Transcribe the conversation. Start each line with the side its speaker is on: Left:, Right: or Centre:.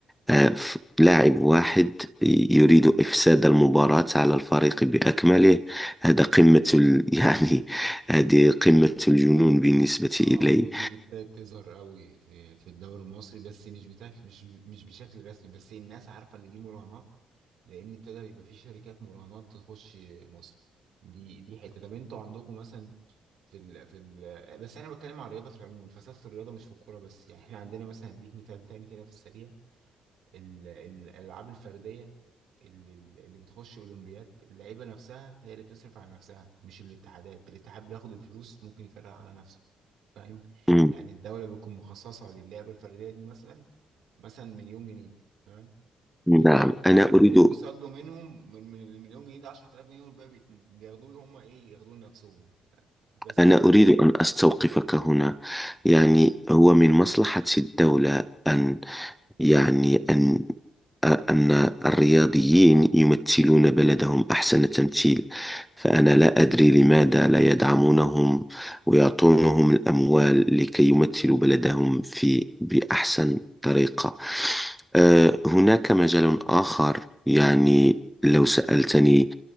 Centre: آه، ف- لاعب واحد يريد إفساد المباراة على الفريق بأكمله هذا قمة ال... <laughs> يعني هذه قمة الجنون بالنسبة
Right: اه
Centre: إلي
Right: دي دي ابتدت تظهر قوي في في الدوري المصري بس مش بتاك مش مش بشكل رسمي بس الناس عارفه ان دي مراهنات لان ابتدى يبقى في شركات مراهنات تخش مصر دي دي حته طب انتوا عندكم مثلا في ال... في ال... بس انا بتكلم على الرياضه في العموم الفساد في الرياضه مش في الكوره بس يعني احنا عندنا مثلا هديك مثال تاني كده في السريع ال... ال- الالعاب الفرديه اللي, اللي بتخش اولمبياد اللعيبه نفسها هي اللي بتصرف على نفسها مش الاتحادات الاتحاد بياخد الفلوس ممكن يفرقها على نفسه فاهم
Centre: مم،
Right: يعني الدوله بتكون مخصصه للعبه الفرديه دي مثلا مثلا مليون جنيه تمام
Centre: نعم
Right: اللعيب ممكن
Centre: أنا
Right: ي-
Centre: أريد
Right: يوصل له منهم من من المليون جنيه ده 10000 جنيه والباقي بيت- بياخدوه هم ايه ياخدوه لنفسهم بس
Centre: أنا أريد أن أستوقفك هنا يعني هو من مصلحة الدولة أن يعني أن أن الرياضيين يمثلون بلدهم أحسن تمثيل فأنا لا أدري لماذا لا يدعمونهم ويعطونهم الأموال لكي يمثلوا بلدهم في بأحسن طريقة أه، هناك مجال آخر يعني لو سألتني